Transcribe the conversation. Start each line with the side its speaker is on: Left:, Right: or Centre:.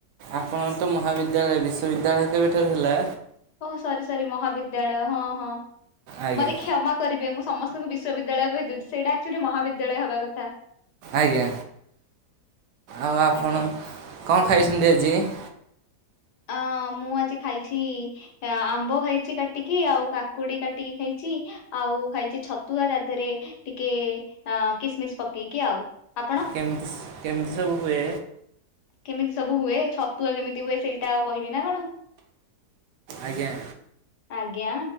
Right: ଆପଣ ତ ମହାବିଦ୍ୟାଳୟ ବିଶ୍ବିଦ୍ୟାଳୟ କେବେ ଠାରୁ ହେଲା।
Left: ଓ ସରି ସରି ମହାବିଦ୍ୟାଳୟ ହଁ ହଁ
Right: ଆଜ୍ଞା
Left: ମତେ କ୍ଷମା କରିବେ ମୁଁ ସମସ୍ତଙ୍କୁ ବିଶ୍ୱବିଦ୍ୟାଳୟ କହିଦଉଛି ସେଇଟା ଆକ୍ଚୁଆଲି ମହାବିଦ୍ୟାଳୟ ହେବା କଥା।
Right: ଆଜ୍ଞା ଆଉ ଆପଣ
Left: ଆଜ୍ଞା
Right: କଣ୍ ଖାଇଛନ୍ତି ଆଜି। <inaudible>
Left: ଅଁ ମୁଁ ଆଜି ଖାଇଛି ଆମ୍ବ ଖାଇଛି କାଟିକି ଆଉ କାକୁଡି କାଟିକି ଖାଇଛି। ଆଉ ଖାଇଛି ଛତୁଆ ତା ଦେହରେ ଟିକେ ଅ କିସମିସ ପକେଇକି ଆଉ ଆପଣ
Right: କେମିତି କେମିତି ସବୁ ହୁଏ।
Left: କେମିତି ସବୁ ହୁଏ ଛତୁଆ କେମିତି ହୁଏ ସେଇଟା ଆଉ କହିବି ନା କଣ?
Right: ଆଜ୍ଞା।
Left: ଆଜ୍ଞା